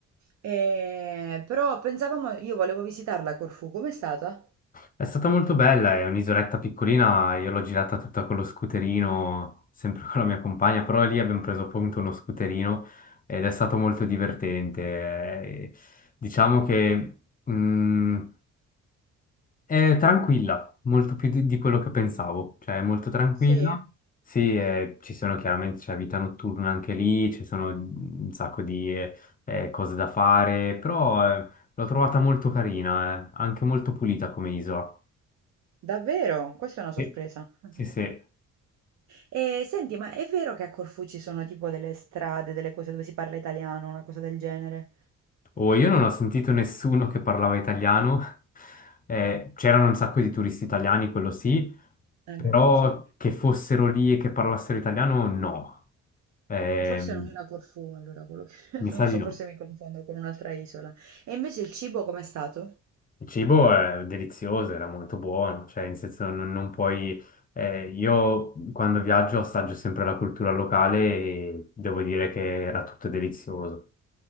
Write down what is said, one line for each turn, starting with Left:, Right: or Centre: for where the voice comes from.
Right: Eh, però pensavamo, io volevo visitarla a Corfù, com'è stata?
Left: È stata molto bella, è un'isoletta piccolina, io l'ho girata tutta con lo scooterino, sempre <laughs> con la mia compagna, però lì abbiamo preso appunto uno scooterino ed è stato molto divertente. Eh, Diciamo che... mm, È tranquilla, molto più di, di quello che pensavo, cioè è molto tranquilla.
Right: Sì?
Left: Sì, eh, ci sono chiaramente, c'è vita notturna anche lì, ci sono un sacco di eh, eh, cose da fare, però eh, l'ho trovata molto carina, eh, anche molto pulita come isola.
Right: Davvero? Questa è una sorpresa.
Left: Sì,
Right: <laughs>
Left: sì. sì.
Right: E senti, ma è vero che a Corfù ci sono tipo delle strade, delle cose dove si parla italiano, una cosa del genere?
Left: Oh, io non ho sentito nessuno che parlava italiano, <laughs> eh, c'erano un sacco di turisti italiani, quello sì,
Right: Eh
Left: però
Right: beh, quello sempre.
Left: che fossero lì e che parlassero italiano, no. Ehm,
Right: E Forse non era Corfù, allora quello che... <laughs>
Left: mi
Right: Non
Left: sa
Right: lo so,
Left: di no.
Right: forse mi confondo con un'altra isola. E invece il cibo com'è stato?
Left: Il cibo è delizioso, era molto buono, cioè in senso non, non puoi... eh, io quando viaggio assaggio sempre la cultura locale e devo dire che era tutto delizioso.